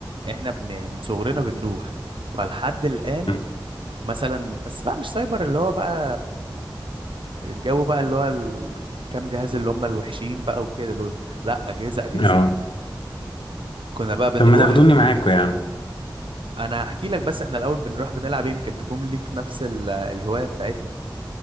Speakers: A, on the right (about 85°); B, on the left (about 85°).
A: احنا بن يعني من صغرنا بنروح فلحد الان
B: مم.
A: مثلا بس بقى مش سايبر اللي هو بقى الجو بقى اللي هو ال... كام جهاز اللي هم الوحشين بقى وكده دول لا اجهزه اجهزه
B: اه
A: يعني كنا بقى بنروح
B: طب ما تاخدوني معاكم يا عم
A: انا هحكي لك بس احنا الاول بنروح بنلعب إيه، يمكن تكون ليك نفس ال- الهوايه بتاعتنا